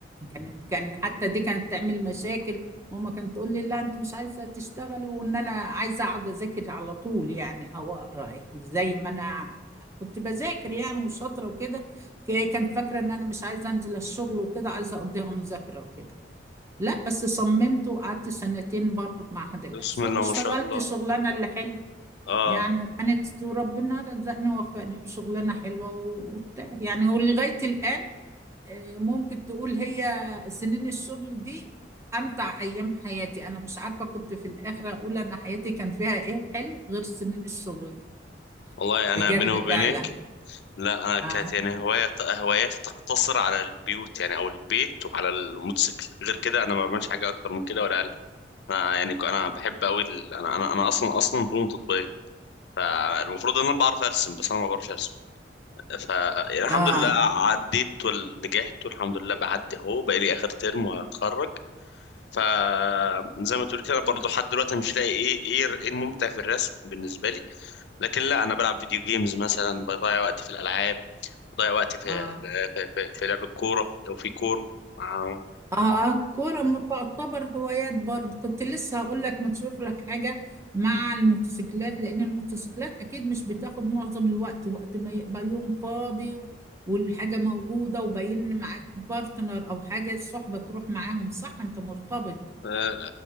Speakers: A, on the right (about 15°); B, on the left (about 65°).
A: كانت كان حتى دي كانت تعمل مشاكل ماما كانت تقول لي لا انت مش عايزه تشتغلي وان انا عايزه اقعد اذاكر على طول يعني او اقرا زي ما انا كنت بذاكر يعني وشاطره وكده ك- كانت فاكره ان انا مش عايزه انزل الشغل وكده عايزه اقضيها مذاكره وكده لا بس صممت وقعدت سنتين برضه في معهد الاحصاء
B: بسم الله
A: واشتغلت
B: ما شاء الله
A: شغلانه اللي حلوه
B: آه
A: يعني وكانت ربنا رزقني ووفقني بشغلانة حلوة و- وبتاع يعني ولغاية الآن آه، ممكن تقول هي سنين الشغل دي أمتع أيام حياتي أنا مش عارفة كنت في الآخر أقول أنا حياتي كان فيها إيه حلو غير سنين الشغل دي
B: والله أنا
A: بجد
B: بيني وبينك
A: فعلا
B: لا انا كانت
A: آه
B: يعني هواية هواياتي تقتصر على البيوت يعني او البيت وعلى الموتوسيكل غير كده انا ما بعملش حاجه اكتر من كده ولا اقل انا يعني ك- انا بحب قوي ال... انا انا انا اصلا اصلا فنون تطبيقيه فالمفروض ان انا بعرف ارسم بس انا ما بعرفش ارسم ف يعني الحمد
A: آه
B: لله عديت ونجحت والحمد لله بعدي اهو بقى لي اخر ترم وهتخرج ف زي ما تقول كده برضه لحد دلوقتي مش لاقي ايه ايه ايه الممتع في الرسم بالنسبه لي لكن لا انا بلعب فيديو جيمز مثلا بضيع وقتي في الالعاب بضيع وقتي في
A: آه
B: في في, في لعب الكورة لو في كورة مع...
A: اه كورة ما تعتبر هوايات برضه كنت لسه هقول لك ما تشوف لك حاجة مع الموتوسيكلات لأن الموتوسيكلات أكيد مش بتاخد معظم الوقت وقت ما يبقى يوم فاضي و- والحاجة موجودة وباين معاك بارتنر أو حاجة الصحبة تروح معاهم صح أنت مرتبط
B: آه،